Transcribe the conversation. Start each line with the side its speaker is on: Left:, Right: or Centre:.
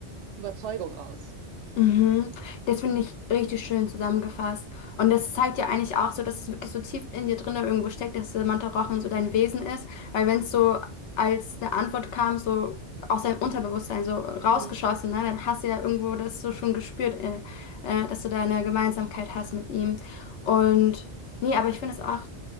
Right: Überzeugung raus.
Left: Mhm. Das finde ich richtig schön zusammengefasst. Und das zeigt ja eigentlich auch so, dass es wirklich so tief in dir drinne irgendwo steckt, dass der Mantra Rochen so dein Wesen ist. Weil wenn es so als eine Antwort kam, so aus deinem Unterbewusstsein so rausgeschossen,
Right: Mhm.
Left: ne, dann hast du ja irgendwo das so schon gespürt, äh, äh, dass du da eine Gemeinsamkeit hast mit ihm. Und nee, aber ich finde es auch,